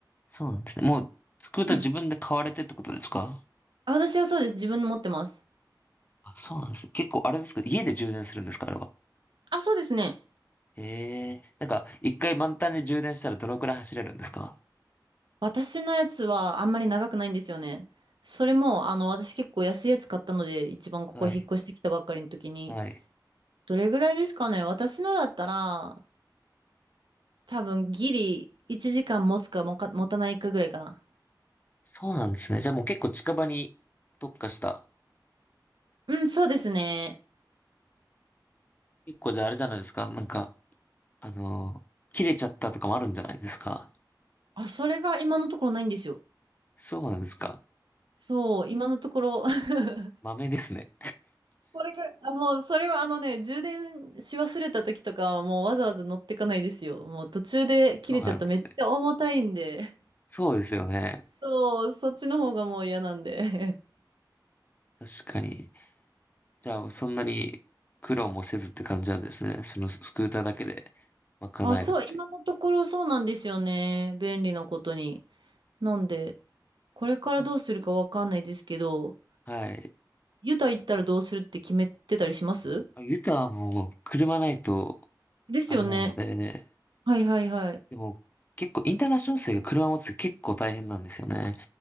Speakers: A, on the left; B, on the right.
A: そうなんですね。もう、スクーター自分で買われてってことですか
B: うん。あ私はそうです。自分の持ってます。
A: あ、そうなんですね。結構、あれですか家で充電するんですかあれは。
B: あ、そうですね。
A: へえ。なんか、一回満タンで充電したらどのくらい走れるんですか
B: 私のやつはあんまり長くないんですよね。それも、あの、私結構安いやつ買ったので、一番ここ引っ越してきたばっかりの時に、
A: はい。はい。
B: どれぐらいですかね私のだったら、多分ギリ1時間持つかもか、持たないかぐらいかな。
A: そうなんですね。じゃあもう結構近場に特化した。
B: うん、そうですね。
A: 結構じゃああれじゃないですか。なんか、あのー切れちゃったとかもあるんじゃないですか。
B: あ、それが今のところないんですよ。
A: そうなんですか。
B: そう、今のところ <laughs>
A: 豆ですね。
B: これぐらい。あ、もう、それはあのね、充電し忘れた時とかはもうわざわざ乗ってかないですよ。もう途中で切れちゃっためっちゃ重たいんで。
A: そうなんですね。そうですよね。
B: そう、そっちの方がもう嫌なんで。<laughs>
A: 確かに。じゃあ、そんなに苦労もせずって感じなんですね。そのスクーターだけで賄えるってい
B: あ、そう、今のところそうなんですよね。便利なことに。なんで、これからどうするかわかんないですけど、
A: う。はい。
B: ユタ行ったらどうするって決めてたりします
A: あユタはもう車ないと、
B: ですよね。
A: あれなので、
B: はいはいはい。
A: でも結構インターナショナル生が車持つって結構大変なんですよね。